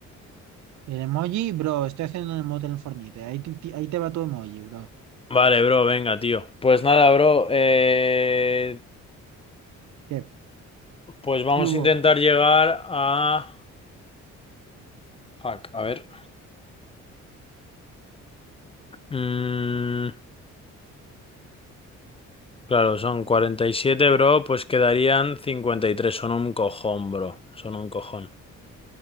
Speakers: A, on the right (about 70°); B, on the left (about 20°).
A: El emoji, bro. Estoy haciendo un emote en el Fortnite. eh. Ahí, te- te- ahí te va tu emoji, bro.
B: Vale, bro. Venga, tío. Pues nada, bro. eh,
A: ¿Qué,
B: Pues vamos
A: ¿Qué hubo?
B: a intentar llegar a... Fuck, a ver. Mm, Claro, son 47, bro. Pues quedarían 53. Son un cojón, bro. Son un cojón.